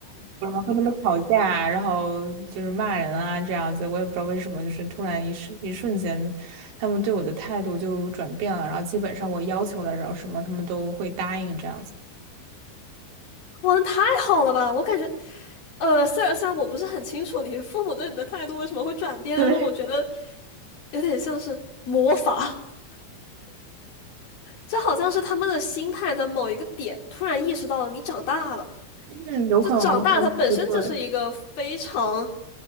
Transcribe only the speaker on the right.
然后和他们吵架啊然后就是骂人啊这样子，我也不知道为什么，就是突然一瞬一瞬间，他们对我的态度就转变了，然后基本上我要求的，然后什么他们都会答应这样子。
对，
嗯，有可能，
我觉得不对。